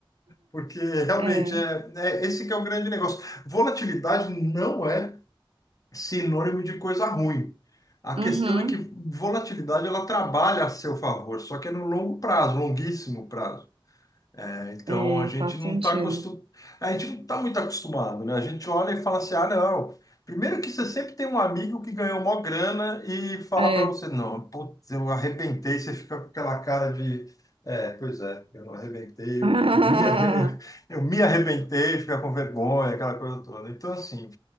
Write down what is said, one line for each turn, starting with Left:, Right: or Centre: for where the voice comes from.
Left: Porque realmente
Right: É.
Left: é, é esse que é o grande negócio. Volatilidade não é sinônimo de coisa ruim. A questão
Right: Uhum.
Left: é que volatilidade ela trabalha a seu favor, só que é no longo prazo, longuíssimo prazo. É, então
Right: É,
Left: a gente
Right: faz
Left: não
Right: sentido.
Left: está acostum... a gente não tá muito acostumado, né? A gente olha e fala assim, ah, não. Primeiro que você sempre tem um amigo que ganhou mó grana e fala
Right: É.
Left: para você, não, putz, eu arrebentei, você fica com aquela cara de, é, pois é, eu não arrebentei,
Right: <laughs>
Left: eu, eu me arre...
Right: Ah,
Left: <laughs> eu me arrebentei, fica com vergonha, aquela coisa toda. Então, assim,